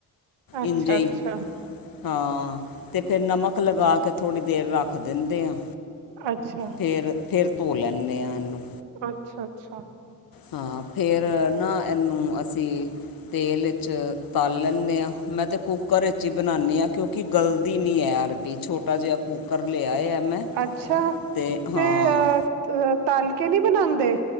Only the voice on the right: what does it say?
ਅੱਛਾ
ਅੱਛਾ
ਅੱਛਾ।
ਅੱਛਾ, ਅੱਛਾ।
ਅੱਛਾ
ਤੇ
ਅ ਤੱਲਕੇ ਨਈਂ ਬਣਾਂਦੇ।